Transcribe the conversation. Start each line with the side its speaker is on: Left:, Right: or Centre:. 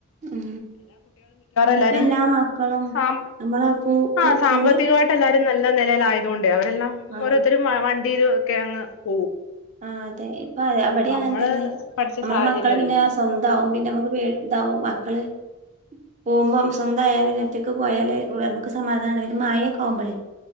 Right: ഉം
Left: എല്ലാരും
Right: ഇപ്പ എല്ലാ മക്കളും
Left: സാം
Right: നമ്മളെ കൂ കൂ
Left: ആഹ് സാമ്പത്തികമായിട്ട്
Right: കൂടെ
Left: എല്ലാരും നല്ല നെലേലായതുകൊ അവരെല്ലാം
Right: ആഹ്
Left: ഓരോത്തരും വ വ ണ്ടീലു ഒക്കെ അങ്ങ് പോവും
Right: ആ അതെ ഇപ്പൊ അതെ അവിടെ
Left: നമ്മള്
Right: അങ്ങനെ തന്നെ
Left: പഠിച്ച
Right: നമ്മള്
Left: സാഹചര്യം
Right: മക്കള്
Left: അല്ലല്ലോ
Right: പിന്നെ സ്വന്താവും പിന്നെ മ്മുക്ക് പേ ഇതാവും മക്കള് പോവുമ്പം സ്വന്തായ പിന്നൊറ്റക്ക് പോയാല് നമുക്ക് സമാധാന <unintelligible> മഴയൊ പോവുമ്പളെ